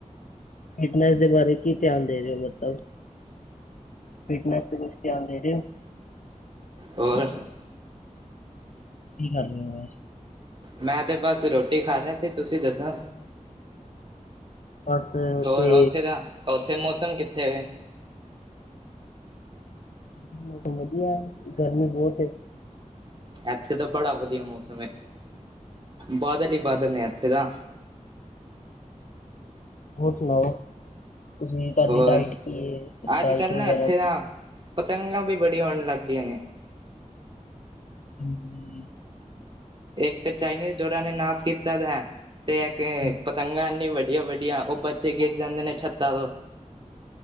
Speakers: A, on the left (about 75°); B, on the right (about 40°).
A: ਫਿਟਨੈਸ ਦੇ ਬਾਰੇ, ਕੀ ਧਿਆਨ ਦੇ ਰਏ ਹੋ ਮਤਲਬ? ਫਿਟਨੈਸ ਤੇ ਕੁਛ ਤਿਆਨ ਦੇ ਰਏ ਹੋ?
B: ਔਰ?
A: ਕੀ ਕਰਦੇ ਬਏ
B: ਮੈਂ ਤੇ ਬਸ ਰੋਟੀ ਖਾ ਰੇਆ ਸੀ। ਤੁਸੀਂ ਦੱਸੋ?
A: ਬਸ
B: ਹੋਰ
A: ਤੇ
B: ਉੱਥੇ ਦਾ, ਉੱਥੇ ਮੌਸਮ ਕਿੱਥੇ ਵੇ?
A: ਏਥੇ ਮੌਸਮ ਵਦੀਆ ਏ। ਗਰਮੀ ਬੋਤ ਐ।
B: ਐਥੇ ਤਾਂ ਬੜਾ ਵਦੀਆ ਮੌਸਮ ਏ। ਬਾਦਲ ਈ ਬਾਦਲ ਨੇ ਏਥੇ ਤਾਂ।
A: ਹੋਰ ਸੁਣਾਓ? ਕੁਛ ਨਈ ਤਾਦੀ
B: ਹੋਰ
A: ਡਾਇਟ ਕੀ ਐ?
B: ਅੱਜ
A: ਡਾਇਟ
B: ਕੱਲ੍ਹ
A: ਵਗੈਰਾ
B: ਨਾ ਇੱਥੇ ਨਾ ਪਤੰਗਾਂ ਵੀ ਬੜੀ ਆਉਣ ਲੱਗ ਗਈਆ ਨੇ।
A: ਹੂੰ।
B: ਇੱਕ ਤੇ ਚਾਈਨੀਜ਼ ਡੋਰਾਂ ਨੇ ਨਾਸ ਕੀਤਾ ਦਾ ਏ, ਤੇ ਇੱਕ ਏਹ
A: ਇਹ
B: ਪਤੰਗਾ ਇੰਨੀ ਵੱਡੀਆਂ ਵੱਡੀ ਵੱਡੀਆਂ, ਔਹ ਬੱਚੇ ਗਿਰ ਜਾਂਦੇ ਨੇ ਛੱਤਾਂ ਤੋਂ।